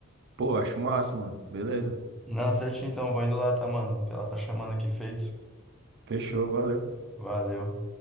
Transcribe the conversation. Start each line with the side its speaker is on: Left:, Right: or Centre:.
Right: Pô, acho massa, mano. Beleza.
Centre: Não, certinho então. Vou indo lá, tá, mano? Porque ela tá chamando aqui, feito.
Right: Fechou, valeu.
Centre: Valeu.